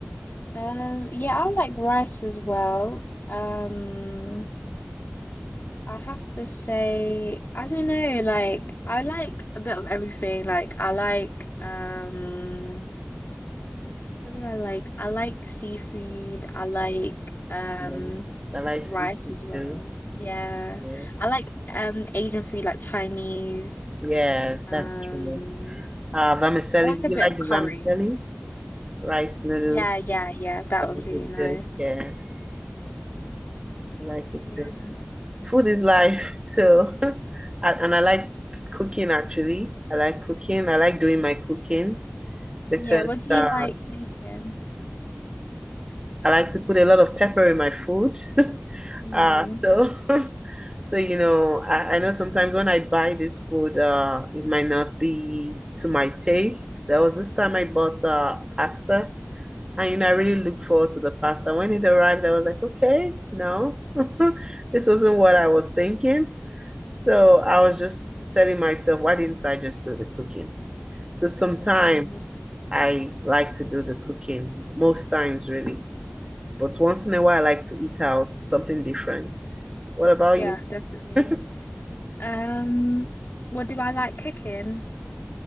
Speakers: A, on the left; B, on the right.
A: um, yeah, I like rice as well. Um, I have to say, I don't know, like I like a bit of everything. Like I like um what do I like? I like seafood. I like um
B: Yes, I like
A: rice
B: seafood
A: as well.
B: too.
A: Yeah.
B: Yes.
A: I like um Asian food like Chinese.
B: Yes,
A: Um
B: that's true. Uh, vermicelli,
A: I like
B: do
A: a
B: you
A: bit
B: like
A: of
B: the
A: curry.
B: vermicelli? Rice noodles,
A: Yeah, yeah, yeah. That
B: I
A: one's
B: like
A: really
B: it
A: nice.
B: too. Yes, I like it
A: Yeah.
B: too. food is life. So, <laughs> and I like cooking actually. I like cooking. I like doing my cooking because
A: Yeah, what do
B: uh,
A: you like making?
B: I like to put a lot of pepper in my food.
A: Mm,
B: Uh, so, <laughs> so you know, I, I know sometimes when I buy this food, uh, it might not be to my taste. There was this time I bought uh, pasta. And you know, I really looked forward to the pasta. When it arrived, I was like, okay, no, <laughs> this wasn't what I was thinking. So I was just telling myself, why didn't I just do the cooking? So sometimes
A: mm,
B: I like to do the cooking, most times really. But once in a while, I like to eat out something different. What about
A: yeah,
B: you?
A: definitely.
B: <laughs>
A: Um, what do I like cooking?